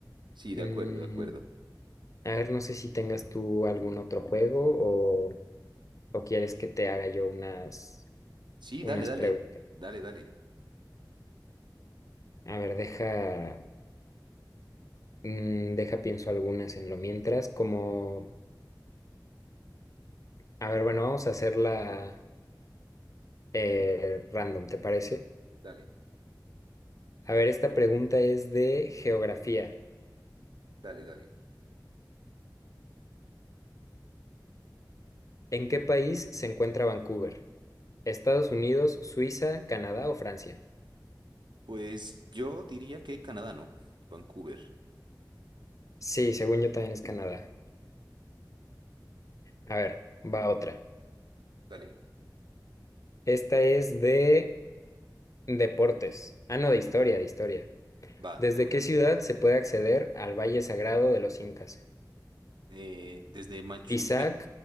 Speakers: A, on the right; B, on the left.
A: Sí,
B: Mm,
A: de acuerdo, de acuerdo.
B: a ver, no sé si tengas tú algún otro juego o, o quieres que te haga yo unas,
A: Sí,
B: unas
A: dale, dale,
B: preguntas.
A: dale, dale,
B: A ver, deja, mm, deja pienso algunas en lo mientras, como... A ver, bueno, vamos a hacerla eh, random, ¿te parece?
A: dale,
B: A ver, esta pregunta es de geografía.
A: dale, dale.
B: ¿En qué país se encuentra Vancouver? ¿Estados Unidos, Suiza, Canadá o Francia?
A: Pues yo diría que Canadá, ¿no? Vancouver.
B: Sí, según yo también es Canadá. A ver, va otra.
A: Dale,
B: Esta es de deportes. Ah, no, de historia, de historia.
A: va,
B: ¿Desde
A: de una.
B: qué ciudad se puede acceder al Valle Sagrado de los Incas?
A: Eh, desde Machu
B: ¿Pisac,
A: Picchu.